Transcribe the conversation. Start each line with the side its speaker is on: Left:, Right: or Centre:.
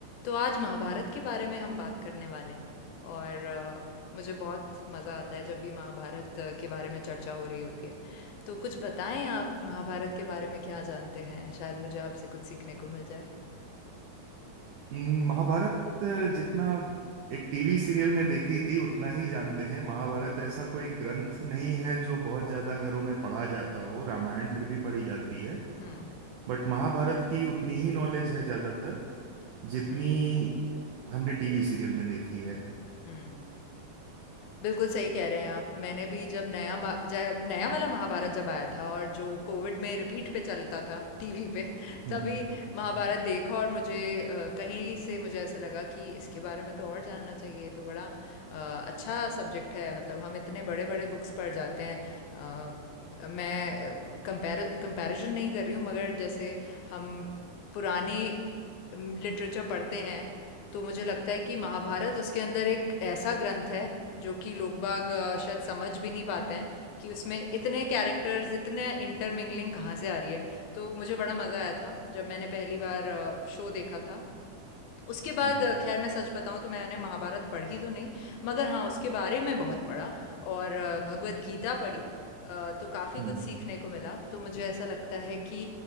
Left: तो आज महाभारत के बारे में हम बात करने वाले हैं और अ, मुझे बहुत मज़ा आता है जब भी महाभारत अ, के बारे में चर्चा हो रही होती है तो कुछ बताएं आप महाभारत के बारे में क्या जानते हैं शायद मुझे आपसे कुछ सीखने को मिल जाए
Right: हम्म, महाभारत जितना एक TV serial में देखी थी उतना ही जानते हैं महाभारत ऐसा कोई ग्रंथ नहीं है जो बहुत ज्यादा घरों में पढ़ा जाता हो रामायण फिर भी पढ़ी जाती है
Left: हम्म
Right: बट महाभारत की उतनी ही नॉलेज है ज्यादातर जितनी
Left: हम्म
Right: हमने टीवी सीरियल में देखी है
Left: हम्म बिल्कुल सही कह रहे हैं आप। मैंने भी जब नया मा जाय नया वाला महाभारत जब आया था और जो कोविड में रिपीट पे चलता था टीवी पे,
Right: हम्म
Left: तभी
Right: हम्म
Left: महाभारत देखा और मुझे अ, कहीं से मुझे ऐसा लगा कि इसके बारे में तो और जानना चाहिए, ये तो बड़ा अ, अच्छा सब्जेक्ट है। मतलब हम इतने बड़े-बड़े बुक्स पढ़ जाते हैं। अ, मैं कंपैर कंपैरिज़न नहीं कर रही हूँ मगर जैसे हम पुराने लिटरेचर पढ़ते हैं तो मुझे लगता है कि महाभारत उसके अंदर एक ऐसा ग्रंथ है जो कि लोग बाग अ, शायद समझ भी नहीं पाते हैं कि उसमें इतने कैरेक्टर्स इतने इंटरमिंगलिंग कहाँ से आ रही है तो मुझे बड़ा मज़ा आया था जब मैंने पहली बार शो देखा था उसके बाद
Right: हम्म
Left: अ, खैर मैं सच बताऊँ तो मैंने महाभारत पढ़ी तो नहीं मगर हाँ उसके बारे में बहुत पढ़ा और अ, भगवद गीता पढ़ी अ, तो काफ़ी
Right: हम्म
Left: कुछ सीखने को मिला तो मुझे ऐसा लगता है कि